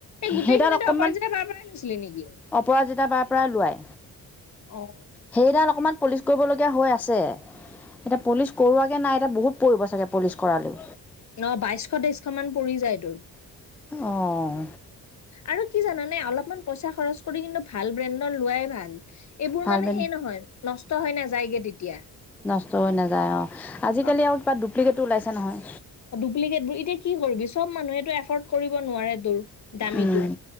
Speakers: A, on the left; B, in the centre.
A: এই গোটেইখিনিতে
B: সেইডাল অকণমান
A: অপৰাজিতা বাৰ পৰাই লৈছিলি নেকি?
B: অপৰাজিতা বাৰ পৰাই লোৱাই
A: অ'।
B: সেইডাল অকণমান পলিচ কৰিবলগীয়া হৈ আছে, এতিয়া পলিচ কৰোৱাগে নাই এতিয়া বহুত পৰিব চাগে পলিচ কৰালেও।
A: ন বাইশ তেইশ মান পৰি যায় তোৰ।
B: অঁহ'।
A: আৰু কি জানানে অলপমান পইচা খৰচ কৰি কিন্তু ভাল ব্ৰেণ্ডৰ লোৱাই ভাল। এইবোৰ
B: ভাল
A: মানে
B: বেন
A: সেই নহয় নষ্ট হয় নাযায়গে তেতিয়া।
B: নষ্ট হৈ নাযায় অ', আজি-কালি
A: অ'
B: আৰু কিবা ডুপ্লিকেতো ওলাইছে নহয়।
A: ডুপ্লিকেট বোৰ এতিয়া কি কৰিবি চব মানুহটো এফৰ্ড কৰিব নোৱাৰে তোৰ, দামীটো।
B: উম